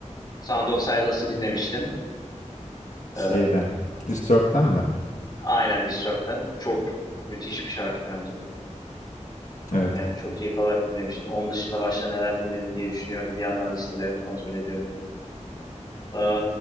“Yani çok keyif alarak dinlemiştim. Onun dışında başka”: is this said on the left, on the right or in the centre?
Left